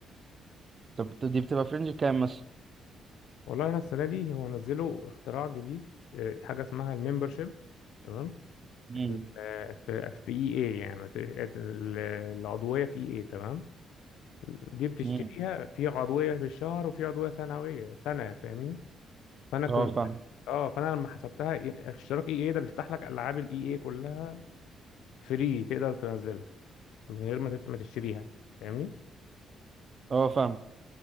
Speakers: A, on the right; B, on the left.
A: طب دي بتبقى فرنج كام مثلا
B: والله انا السنه دي هو نزلوا اختراع جديد آه، حاجه اسمها الممبرشيب تمام
A: مم.
B: آه، في في اي اي يعني بت- ال- العضويه في اي اي تمام دي بتشتريها
A: مم.
B: في عضويه بالشهر وفي عضويه سنويه سنه فاهمني فانا كنت
A: اه فاهم
B: اه فانا لما حسبتها إيه- اشتراك اي اي ده بيفتح لك العاب الاي اي إيه كلها فري تقدر تنزلها من غير ما تت- ما تشتريها فاهمني
A: اه فاهم